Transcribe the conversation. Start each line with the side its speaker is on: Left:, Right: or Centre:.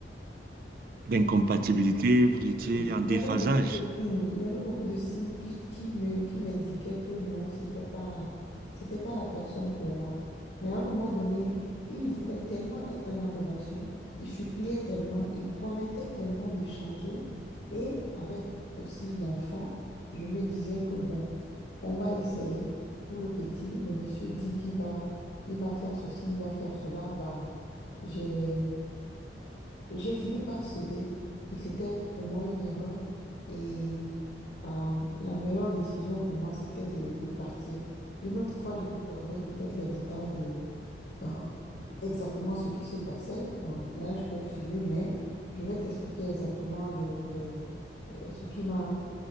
Right: d'incompatibilité, vous étiez
Left: Oui,
Right: en
Left: Il
Right: déphasage.
Left: y avait beaucoup de signes, il y avait beaucoup de signes qui, qui me, qui m'indiquaient que non, c'était pas, c'était pas la personne pour moi. Mais à un moment donné, il voulait tellement être dans la relation, il suppliait tellement, il promettait tellement de changer. Et avec aussi l'enfant, je me disais que bon, on va essayer pour le petit. Le monsieur dit qu'il va, il va faire ceci, il va faire cela. Bah, j'ai j'ai fini par céder et c'était pour moi une erreur. Et euh, la meilleure décision pour moi, c'était de, de partir. Une autre fois,
Right: Mhm.
Left: je te donnerai peut-être les détails de euh, exactement ce qui se passait. Euh, là, je dois filer, mais je vais t'expliquer exactement le, les, euh, ce qui m'a